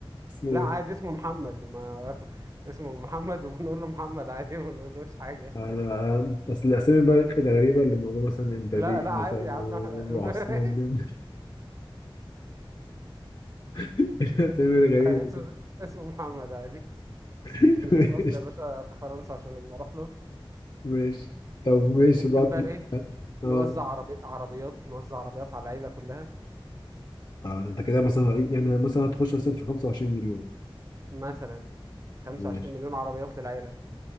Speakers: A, on the left; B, on the right.
A: اسمه
B: لا
A: ايه
B: عادي اسمه محمد ما <laughs> اسمه محمد وبنقول له محمد عادي ما بنقولوش حاجة
A: انا اصل الاسامي بقى الغريبه اللي موجوده مثلا امبابي
B: لا لا
A: مثلا
B: عادي يا عم
A: وابو
B: احنا
A: عثمان ديمبلي
B: <laughs>
A: <laughs> الاسامي الغريبه
B: اسمه
A: دي
B: اسمه محمد عادي
A: <laughs>
B: نجيب
A: ماشي
B: مصر يا باشا في فرنسا عشان لما اروح له
A: ماشي طب ماشي
B: ممكن
A: بعد
B: بقى ايه
A: اه
B: نوزع عربي... عربيات نوزع عربيات على العيلة كلها
A: اه ده انت كده مثلا إيه، يعني مثلا هتخش مثلا في 25 مليون
B: مثلا 25
A: ماشي
B: مليون عربيات للعيلة